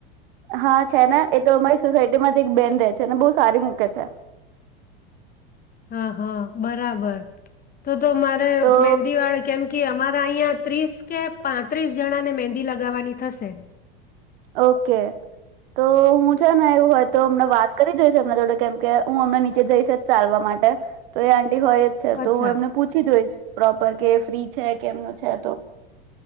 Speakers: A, on the right; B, on the left.
A: હા છે ને એ તો અમારી સોસાયટી માં જ એક બેન રહે છેને બહુ સારી મૂકે છે
B: હા હા બરાબર તો તો મારે
A: તો
B: મહેંદીવાળ કેમ કે અમારા અહીિયાં ત્રીસ કે પાંત્રીસ જણાને મંદી લગાવવાની થશે
A: ઓકે તો હું એવું હોય તો અમને વાત કરી દઈ છે થડે કેમ કે હું અમને નીચે જઈશ ચાલવા માટે તો એ હોય જ છે
B: અચ્છા
A: તો હું એમને પૂછી દઉશ પ્રોપર કે ફ્રી છે કેમનું છે તો